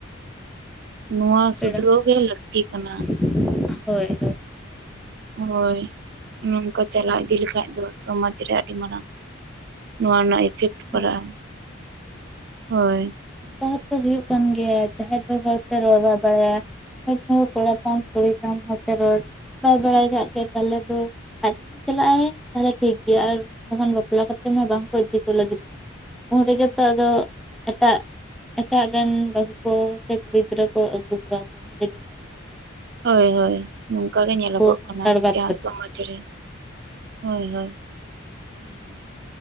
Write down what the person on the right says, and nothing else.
ᱱᱚᱣᱟ ᱥᱩᱫᱷᱨᱟᱹᱣ
ᱜᱮ ᱞᱟᱹᱠᱛᱤ ᱠᱟᱱᱟ᱾
ᱦᱳᱭ ᱱᱚᱝᱠᱟ ᱪᱟᱞᱟᱣ ᱤᱫᱤ ᱞᱮᱠᱷᱟᱡ ᱫᱚ ᱥᱚᱢᱟᱡᱽ ᱨᱮ ᱟᱹᱰᱤ ᱢᱟᱨᱟᱝ ᱱᱚᱣᱟ ᱨᱮᱱᱟᱜ ᱤᱯᱷᱮᱠᱴ ᱯᱟᱲᱟᱜᱼᱟ
ᱦᱳᱭ᱾
ᱦᱳᱭ ᱦᱳᱭ ᱱᱚᱝᱠᱟ ᱜᱮ ᱧᱮᱞᱚᱜᱚᱜ
ᱠᱟᱱᱟ
ᱡᱟᱦᱟᱸ
ᱥᱚᱢᱟᱡᱽ
ᱨᱮ ᱦᱳᱭ ᱦᱳᱭ᱾